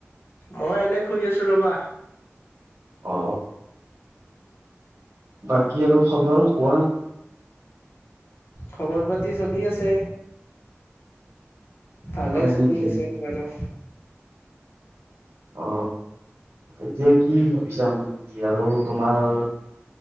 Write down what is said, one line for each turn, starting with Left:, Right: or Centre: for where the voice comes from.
Left: মই এনে শুই আছোঁ ৰ'বা।
Right: অ বাকী আৰু খবৰ কোৱা?
Left: খবৰ পাতি চলি আছে।
Right: অ
Left: ভালেই
Right: হয়
Left: চলি
Right: নেকি
Left: আছে বাৰু
Right: অ এতিয়া কি ভাবিছা? মানে কি আৰু তোমাৰ